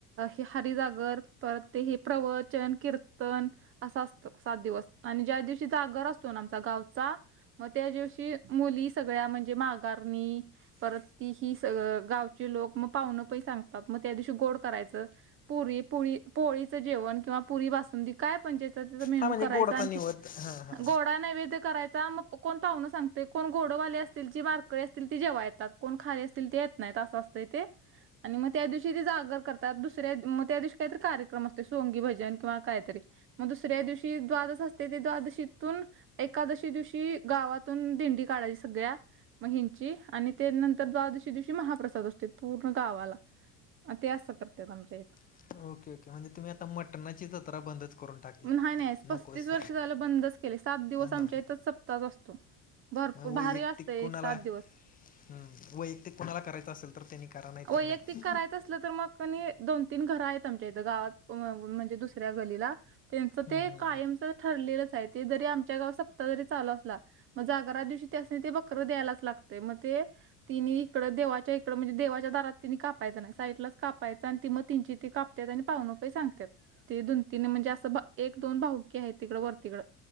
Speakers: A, on the right; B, on the left.
A: हे हारी जागर परत ते हे प्रवचन कीर्तन असं असतं सात दिवस आणि ज्या दिवशी जागर असतो ना आमचा गावचा मग त्या दिवशी मुली सगळ्या म्हणजे माघारणी परत ती ही स गावचे लोक मग पाहुनं पही सांगतात मग त्या दिवशी गोड करायचं पुरी पुळी पोळीचं जेवण किंवा पुरी बासुंदी काय पणजेच त्याचा मेनू
B: हा म्हणजे
A: करायचा
B: गोडाचा
A: आणि
B: निवद
A: ते
B: हां हां
A: गोडा नैवेद्य करायचा मग कोण पाहुन सांगते कोण घोडवाले अस असतील जी बारकळी असतील ती जेव्हा येतात कोण खाली असतील ते येत नाहीत असं असतं ते आणि मग त्या दिवशी ते जागर करतात दुसऱ्या मग त्या दिवशी काहीतरी कार्यक्रम असते सोंगी भजन किंवा काहीतरी मग दुसऱ्या दिवशी द्वादच असते ते द्वादशीतून एकादशी दिवशी गावातून दिंडी काढायची सगळ्या महिंची आणि ते नंतर द्वादशी दिवशी महाप्रसाद असते पूर्ण गावाला अ ते असं करतात आमच्या इथ
B: हां ओके ओके म्हणजे तुम्ही मटणाची जत्रा बंदच करून टाकली
A: नाही, नाही पस्तीस
B: नकोच
A: वर्ष झालं बंदच केले सात दिवस
B: होय
A: आमच्या इथंच सप्ताहच असतो भरपूर
B: मग
A: भारी
B: वैयक्तिक
A: असते
B: कोणाला
A: एक सात दिवस
B: हम्म वैयक्तिक कुणाला करायचं असेल तर त्यांनी करा नाही
A: वैयक्तिक
B: तरर नाही
A: करायचं असलं तर मग दोन, तीन घर आहेत आमच्या इथ गावात म्हणजे दुसऱ्या गलीला त्यांचं
B: हम्म
A: ते
B: हम्म
A: कायमच ठरलेलंच आहे ते जरी आमच्या गाव सपता जरी चालू असला. मग जागरा दिवशी ते अस ते बकर द्यायलाच लागतय मग ते ति इकडे देवाच्या इकडे म्हणजे देवाच च्या दरात तिने कापायं नाही साईड लाच कापायचं आणि त मग तिची त कापत आणि पाऊण रुपये सांगत्यात. ती दोन तीन म्हणजे असं एक दोन भाऊकी आहे तिकडं वर तिकडं